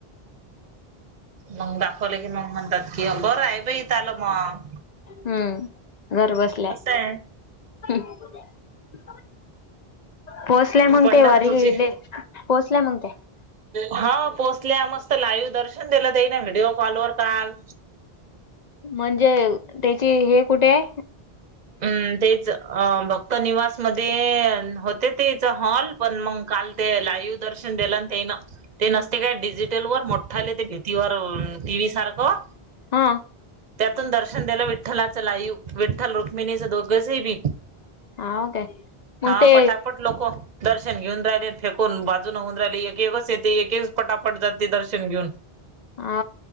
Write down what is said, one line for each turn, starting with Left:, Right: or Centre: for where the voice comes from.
Right: मग दाखवले की, मग म्हणतात. की बरंय, बाई त्यालं मग.
Left: हम्म. घर बसल्या.
Right: कसं आहे
Left: <inaudible> पोहोचलाय मनते.
Right: पंढरपूरची
Left: वारी गेले, पोहोचलाय मनते.
Right: हा पोचल्या. मस्त लाईव्ह दर्शन दिलं त्याईन. व्हिडिओ कॉलवर काल.
Left: म्हणजे, त्याची हे कुठेय?
Right: हम्म, तेच. अ भक्त निवास मध्ये अ होते तेच हॉल. पण मग काल ते लाईव दर्शन देल न त्यायन. ते नसते काय, डिजिटलवर. मोठ्ठाले ते, भीतीवर टी व्ही सारखं.
Left: हा.
Right: त्यातून दर्शन द्यालं विठ्ठलाचं लाईव. विठ्ठल रुक्मिणीचं, दोघंच बी.
Left: हा काय मग
Right: हा,
Left: ते
Right: पटापट लोकं दर्शन घेऊन राहिले. फेकून बाजून होऊन राहिले. एक- एकच येते. एकच, फटाफट जाते दर्शन घेऊन. <inaudible>
Left: हा,